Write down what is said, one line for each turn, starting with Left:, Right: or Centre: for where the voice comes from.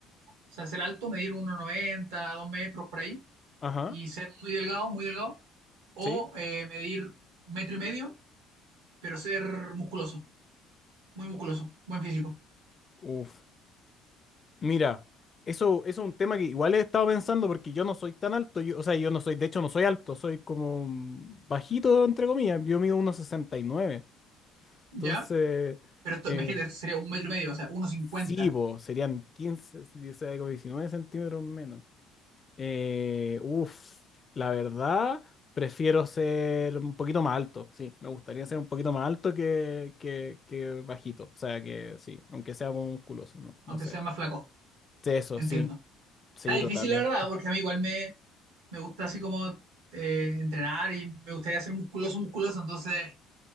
Right: o sea, ser alto, medir 1,90, 2 metros por ahí
Left: Ajá,
Right: y ser muy delgado, muy delgado, o
Left: sí.
Right: eh, medir metro y medio, pero ser musculoso, muy musculoso, buen físico,
Left: Uf. Mira, eso, eso es un tema que igual he estado pensando porque yo no soy tan alto, yo- o sea, yo no soy, de hecho no soy alto, soy como mm, bajito, entre comillas, yo mido uno sesenta y nueve.
Right: ¿ya?
Left: Entonces,
Right: Pero esto,
Left: eh,
Right: imagínate, esto sería un metro y medio, o sea, 1,50,
Left: sí, po, serían quince dieciséis como 19 centímetros menos. Eh, uf, la verdad, prefiero ser un poquito más alto. Sí, me gustaría ser un poquito más alto que, que, que bajito. O sea, que sí, aunque sea como musculoso, ¿no?
Right: aunque
Left: No sé.
Right: sea más flaco,
Left: Sí, Eso,
Right: entiendo.
Left: sí, sí,
Right: Está difícil,
Left: totalmente.
Right: la verdad, porque a mí igual me, me gusta así como eh, entrenar y me gustaría ser musculoso, musculoso, entonces,